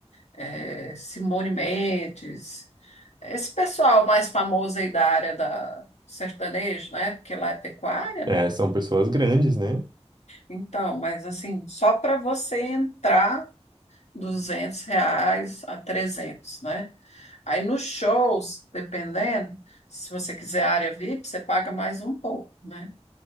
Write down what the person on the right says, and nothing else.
É,
são pessoas grandes, né?